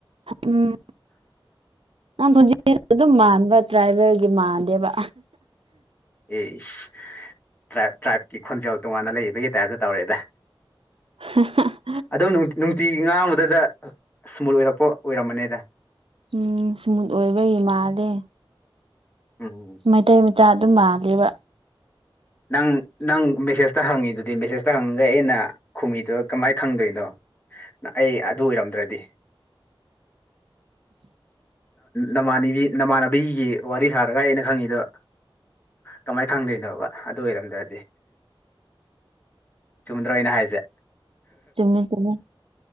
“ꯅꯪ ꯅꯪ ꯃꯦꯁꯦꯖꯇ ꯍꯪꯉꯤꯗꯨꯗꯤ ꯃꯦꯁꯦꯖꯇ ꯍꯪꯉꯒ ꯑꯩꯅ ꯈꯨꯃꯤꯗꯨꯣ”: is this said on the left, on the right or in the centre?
Left